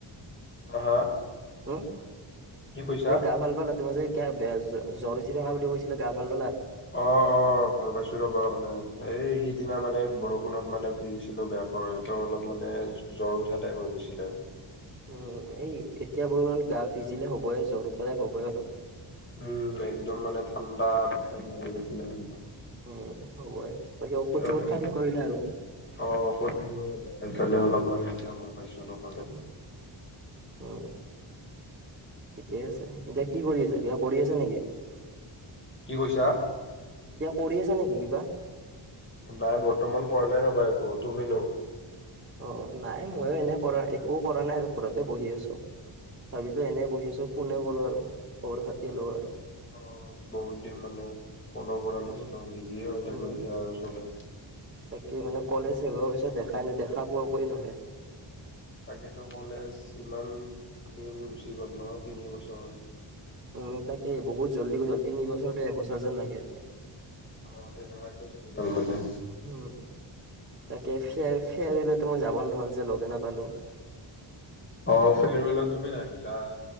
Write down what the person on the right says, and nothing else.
উম?
গা ভাল পালা, তোমাৰ যে এ বেয়া জ-জ্বৰ উঠি থকা বুলি কৈছিলা, গা ভাল পালা?
উম এই এতিয়া বৰষুণত গা ভিজিলে হ'বইে জ্বৰ উঠা টাইপ হ'বইে অলপ।
উম, হ'বয়ে। বাকি ঔষধ চঔষত
খাই থিক কৰিলে আৰু?
উম, উম। ঠিকেই আছে। এতিয়া কি কৰি আছা, কিবা কৰি আছা নেকি?
কিবা কৰি আছা নেকি কিবা
অ', নাই ময়ো এনে কৰা একো কৰা নাই আৰু ঘৰতে বহি আছোঁ। ভাবিলোঁ এনে বহি আছোঁ ফোনে কৰোঁ আৰু, খবৰ খাতিয়ে লওঁ আৰু।
উম
উম
তাকে মানে কলেজ শেষ হোৱাৰ পিছত দেখাই নাই দেখা পোৱা পোইয়ে নহয়।
উম, তাকে। বহুত জল্দি গূচি গ'ল, তিন বছৰটো এবছৰ যেন লাগে এতিয়া।
উম, তাকে ফে-ফেয়াৰউৱেলত মই যাব নহ'ল যে লগে নাপালোঁ।